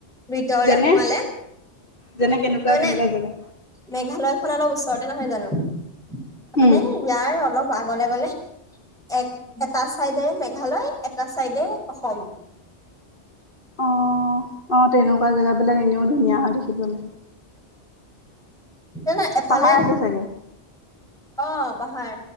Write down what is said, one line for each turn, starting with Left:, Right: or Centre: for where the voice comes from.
Centre: ভিতৰলে
Left: যেনে
Centre: সোমালে।
Left: যেনে কেনেকুৱা
Centre: ত মানে
Left: কেনেকুৱা জেগা
Centre: মেঘালয় খন অলপ ওচৰত। নহয় জানো তাৰানে
Left: উম
Centre: ইয়াৰ অলপ আগলে গলে এক এটা চাইডে মেঘালয় এটা চাইডে অসম।
Left: অ, অ তেনেকুৱা জেগাবিলাক এনেও ধুনীয়া হয় দেখিবলৈ।
Centre: জানা এফালে।
Left: পাহাৰ আছে চাগে
Centre: অ পাহাৰ